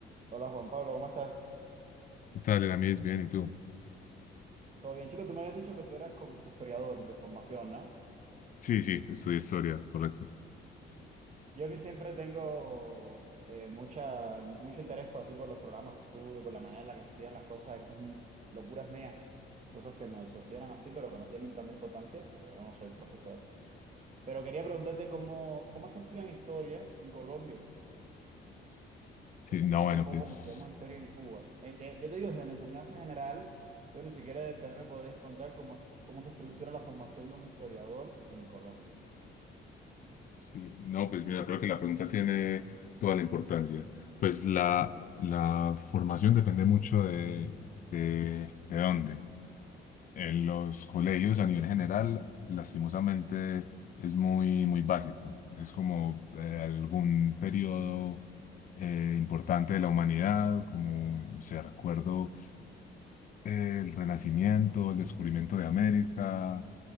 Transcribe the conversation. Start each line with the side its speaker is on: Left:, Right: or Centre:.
Right: Hola Juan Pablo, ¿cómo estás?
Left: ¿Qué tal, Eramis? Bien, ¿y tú?
Right: Todo bien, chico, tú me habías dicho que tú eras com- historiador de formación, ¿no?
Left: Sí, sí, estudié historia, correcto.
Right: Yo a mí siempre tengo eh, mucha, mucho interés por, así, por los programas de estudio, por la manera en la que se estudian las cosas, son locuras mías, cosas que me obsesionan así, pero que no tienen tanta importancia porque yo no soy profesor. Pero quería preguntarte cómo, cómo es que estudian historia en Colombia.
Left: Sí,
Right: Voy a compararlo
Left: no, bueno,
Right: un poco
Left: pues,
Right: como estudiamos historia en Cuba. Eh, te- yo te digo, desde la enseñanza general, bueno, si quieres también me podés contar cómo, cómo se estructura la formación de un historiador en Colombia.
Left: sí, no, pues mira, creo que la pregunta tiene toda la importancia. Pues la, la formación depende mucho de, de, de dónde. En los colegios, a nivel general, lastimosamente es muy, muy básico. Es como eh, algún periodo eh, importante de la humanidad, como, no sé, recuerdo el Renacimiento, el descubrimiento de América,